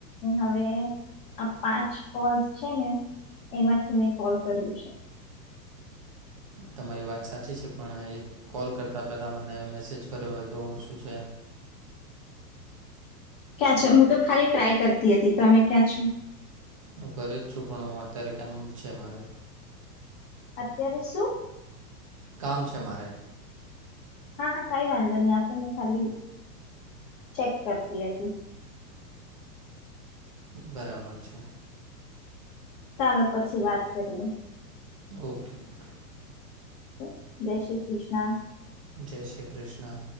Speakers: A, on the left; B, on the right.
A: હવે આ પાંચ કોલ છે ને એમાં થી મે કોલ કર્યું છે
B: તમારી વાત સાચી છે પણ એક કોલ કરતાં પહેલાં મને મેસેજ કર્યો હોય તો શું છે
A: ક્યાં છે હું તો ખાલી ટ્રાય કરતી હતી તમે ક્યાં છો
B: હું ઘરે જ છું પણ હું અત્યારે કામ છે મારે
A: અત્યારે શું
B: કામ છે મારે
A: હા હા કાઈ વાંધો નહી આ તો હું ખાલી ચેક કરતી હતી
B: બરાબર છે
A: ચાલો પછી વાત કરીએ
B: ઓકે ઓકે
A: ઓકે જય શ્રી કૃષ્ણા
B: જય શ્રી કૃષ્ણ